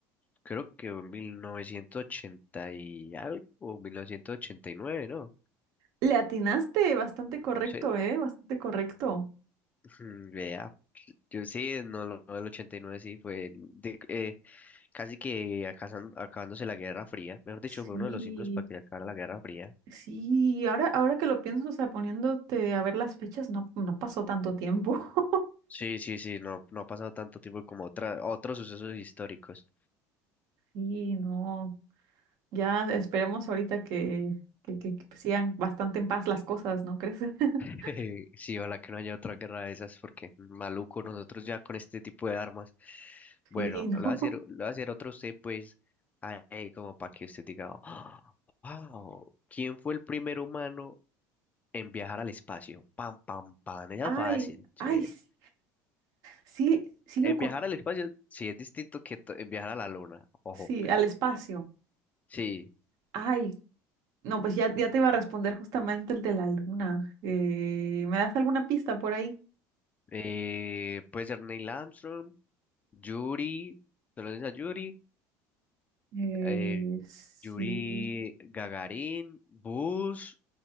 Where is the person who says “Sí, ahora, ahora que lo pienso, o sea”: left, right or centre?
Right